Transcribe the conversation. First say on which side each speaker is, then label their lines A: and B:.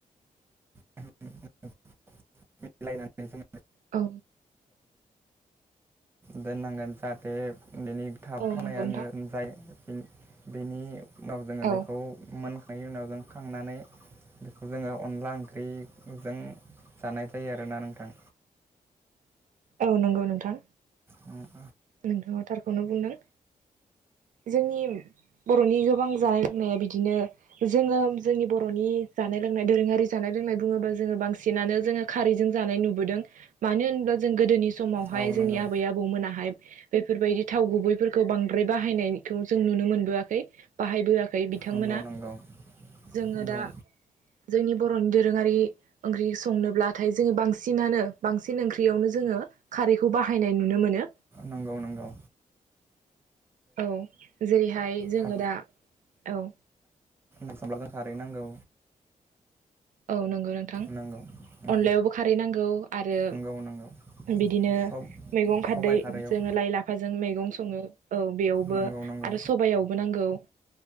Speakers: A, on the right (about 15°); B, on the right (about 70°).
A: <unintelligible> मिलायनानै जों
B: औ
A: दोननांगोन जाहाथे बेनि थाबथानायानो
B: औ नंगौ नोंथां
A: जायो बेनि बेनि उनाव जोङो
B: औ
A: बेखौ मोनखायो उनाव जों खांनानै बेखौ जोङो अनला ओंख्रिजों जानाय जायो आरोना नोंथां
B: औ नंगौ नोंथां
A: अम
B: नोंथाङा थारखौनो बुंदों जोंनि बर'नि गोबां जानाय लोंनाया बिदिनो जोङो जोंनि बर'नि जा जानाय लोंनाय दोरोंआरि जानाय लोंनाय बुङो बा बांसिनानो जोङो खारै जों जानाय नुबोदों मानो होनब्ला जों गोदोनि समावहाय
A: औ नंगौ
B: जोंनि आबै आबौमोनाहाय बेफोरबायदि थाव गुबैफोरखौ बांद्राय बाहायनायखौ जों नुनो मोनबोआखै बाहायबोआखै बिथांमोना
A: नंगौ नंगौ
B: जोङो
A: नंगौ
B: दा जोंनि बर'नि दोरोङारि ओंख्रि संनोब्लाथाय जोङो बांसिनानो बांसिन ओंख्रियावनो जोङो खारैखौ बाहायनाय नुनो मोनो
A: नंगौ-नंगौ
B: औ जेरैहाय जोङो
A: खार
B: दा औ
A: <unintelligible> खारै नांगौ
B: औ नंगौ नोंथां
A: नंगौ उम
B: अनलायावबो खारै नांगौ आरो
A: नंगौ नंगौ
B: बिदिनो
A: सब
B: मैगं खारदै
A: सबाइ खारैयाव
B: जोङो लाइ लाफाजों मैगं सङो औ बेयावबो
A: नंगौ नंगौ
B: आरो सबयावबो नांगौ